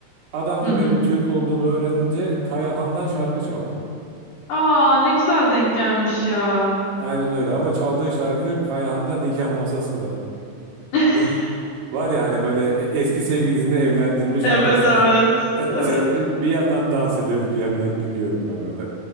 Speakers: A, on the right; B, on the left.
A: Adam
B: Hı
A: da
B: hı.
A: benim Türk olduğumu öğrenince Kayahan'dan şarkı çaldı.
B: Aa ne güzel denk gelmiş ya.
A: Aynen öyle ama çaldığı şarkı Kayahan'da nikah masası da.
B: <laughs>
A: Nik var ya hani böyle e- eski sevgilisini evlendirmiş
B: Evet
A: arkasına
B: evet.
A: <laughs>
B: Evet
A: bir yandan dans ediyoruz bir yandan gülüyorum ben orada.